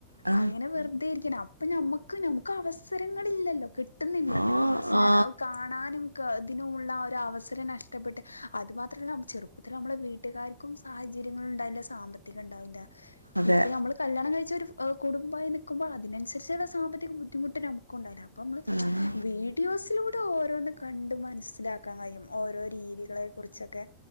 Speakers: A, on the right (about 85°); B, on the left (about 80°).
A: ആ
B: അങ്ങനെ വെറുതെരിക്കണ് അപ്പോ നമ്മക്ക് നമ്മക്ക് അവസാ ങ്ങളില്ലല്ലോ കിട്ടുന്നില്ലല്ലോ
A: ആ
B: അവസരംങ്ങള്
A: ആ
B: കാണാനും അതിനുള്ള ആ ഒരു അവസരം നഷ്ടപ്പെട്ട് അത് മാത്രമല്ല ചെറുപ്പത്തിൽ നമ്മളുടെ വീട്ടുകാർക്കും സാഹചര്യങ്ങളു ണ്ടവില്ല സാമ്പത്തികം ഇണ്ടാവില്ല
A: അതെ
B: ഇപ്പോ നമ്മള് കല്യാണം കഴിച്ച് ഒരു കുടുംബയി നിൽക്കുമ്പോൾ അതിനനുസരിച്ച് സാമ്പത്തിക ബുദ്ധിമുട്ട് നമുക്ക് ഉണ്ടവുല്ല അപ്പ നമ്മള്
A: ആ ആ
B: വീഡിയോസിലൂടെ ഓരോന്ന കണ്ട് മനസ്സിലാക്കാൻ കഴിയും ഓരോ രീതികളെ കുറിച്ചൊക്കെ